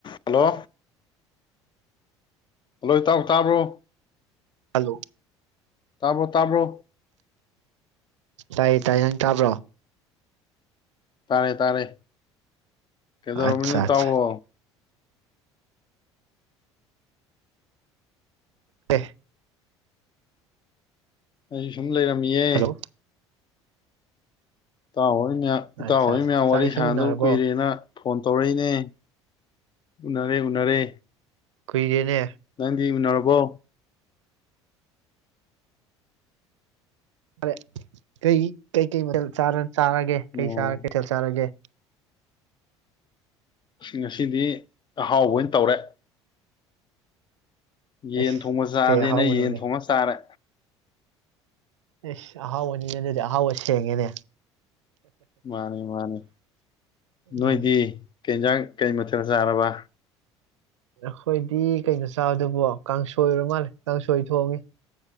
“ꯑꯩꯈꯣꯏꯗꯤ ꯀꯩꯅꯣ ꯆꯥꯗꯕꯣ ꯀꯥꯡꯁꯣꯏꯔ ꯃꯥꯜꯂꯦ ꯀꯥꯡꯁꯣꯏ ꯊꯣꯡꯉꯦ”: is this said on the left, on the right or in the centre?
Right